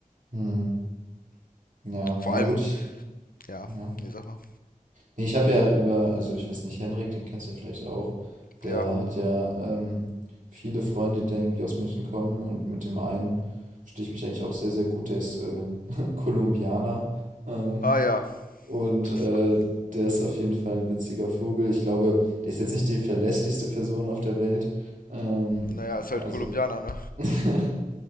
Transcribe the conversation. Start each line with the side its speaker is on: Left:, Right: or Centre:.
Right: Hm. Ja,
Left: Vor
Right: ja
Left: allem,
Right: gut, ich,
Left: ja,
Right: ja.
Left: nee, sag mal.
Right: Nee, ich habe ja über, also ich weiß nicht, Henrik, den kennst du ja vielleicht auch, der
Left: Ja.
Right: hat ja ähm, viele Freunde, die da irgendwie aus München kommen und mit dem einen verstehe ich mich eigentlich auch sehr, sehr gut, der ist äh, <laughs> Kolumbianer. Ähm,
Left: Ah ja,
Right: Und
Left: das
Right: äh,
Left: ist doch.
Right: der ist auf jeden Fall ein witziger Vogel. Ich glaube, der ist jetzt nicht die verlässlichste Person auf der Welt. Ähm,
Left: Naja, ist
Right: also,
Left: halt Kolumbianer, ne?
Right: <laughs>